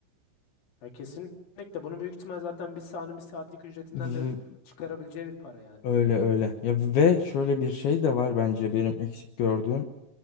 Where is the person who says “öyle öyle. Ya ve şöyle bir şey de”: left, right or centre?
Left